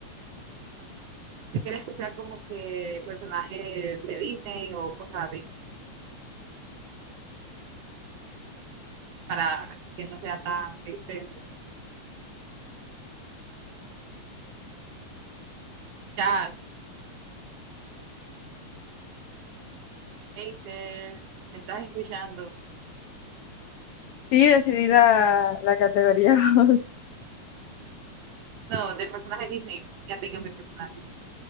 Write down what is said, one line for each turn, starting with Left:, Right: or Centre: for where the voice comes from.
Right: ¿Quieres que sea como que personajes de Disney o cosas así? Para que no sea tan extenso. Chat, Acer, ¿me estás escuchando?
Left: Sí, decidí la, la categoría. <laughs>
Right: No, de personaje Disney. Ya tengo mi personaje.